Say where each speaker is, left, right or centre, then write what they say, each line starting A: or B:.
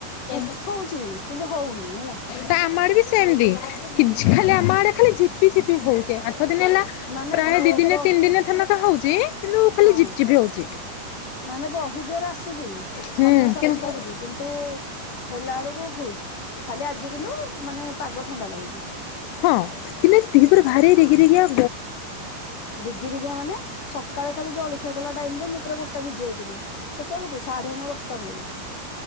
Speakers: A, on the left (about 85°); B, on the left (about 50°).
A: ହେ
B: ଉଠଉଛି କିନ୍ତୁ ହଉନି ହେଲା
A: ତ ଆମ ଆଡ଼େ ବି ସେମିତି କି ଖାଲି ଆମ ଆଡ଼େ ଖାଲି ଝିପି ଝିପି ହଉଛେ ଆଠ ଦିନ ହେଲା?
B: ମାନେ
A: ପ୍ରାୟ ଦି ଦିନେ
B: ବହୁତ
A: ତିନି ଦିନେ ଧଥନକା ହଉଛି କିନ୍ତୁ ଖାଲି
B: ହଁ
A: ଜିପ ଚିପି ହଉଛି।
B: ମାନେ ବହୁ ଜୋର ଆସୁଛି
A: ହୁଁ
B: ସନ୍ୟସାମନ
A: କିନ୍ତୁ
B: ଧରିକି କିନ୍ତୁ? ହେଲା ବେଳକୁ ଭୁସ୍ ଖାଲି ଆଜି କିନ୍ତୁ ମାନେ ପାଗ ଥଣ୍ଡା ଲାଗୁଛି।
A: ହଁ କିନ୍ତ ସ୍ତ୍ରୀ ପୁର ଭାରି ଡିଗୀ ଦିଗିଆ।
B: ରିଗି ରିଗା ମାନେ ସକାଳେ ଖାଲି ଜଳିଖିଆ କଲା ଟାଇମ ରେ ମୁଁ ପୁରା ଗୋଟା ଭିଜି ଯାଇଥିଲି। କେତେବେେଳକୁ ସାଢେ ନଅ ଦଶଟା ବେଳକୁ।